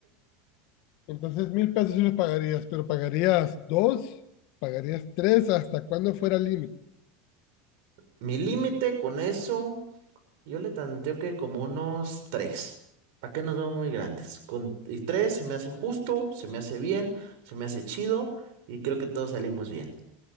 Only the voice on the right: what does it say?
Mi límite con eso, yo le tanteo que como unos tres. ¿Para qué nos vamos muy grandes? Con y tres se me hace justo, se me hace bien, se me hace chido y creo que todos salimos bien.